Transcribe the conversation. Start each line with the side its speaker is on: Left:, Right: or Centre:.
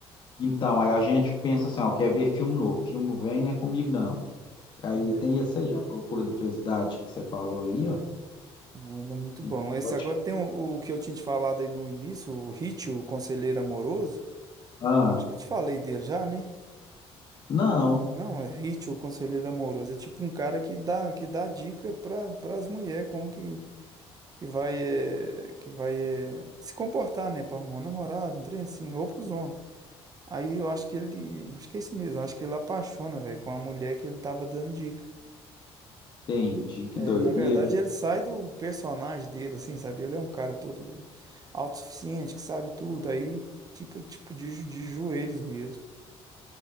Left: Então, aí a gente pensa assim, ó, quer ver filme novo. Filme velho não é comigo, não. Aí
Right: É,
Left: tem esse aí, a Procura da Felicidade que você falou aí, ó.
Right: é, ele é muito
Left: Que
Right: bom. Esse
Left: pode...
Right: agora tem o, o que eu tinha te falado aí no início, o Hit, o Conselheiro Amoroso.
Left: Ah,
Right: Acho que eu te falei dele já, né?
Left: não.
Right: Não, é Hit, o Conselheiro Amoroso. É tipo um cara que dá, que dá dica para as mulheres como que, que vai, eh, que vai eh, se comportar, né? Para arrumar um namorado, um trem assim, ou para os homens. Aí eu acho que ele. Acho que é isso mesmo. Acho que ele apaixona, velho, com a mulher que ele tava dando dica.
Left: Entendi, que
Right: É,
Left: doideira,
Right: na verdade,
Left: hein?
Right: ele sai do personagem dele, assim, sabe? Ele é um cara todo autossuficiente, que sabe tudo. Aí fica, tipo, de, jo- de joelhos mesmo.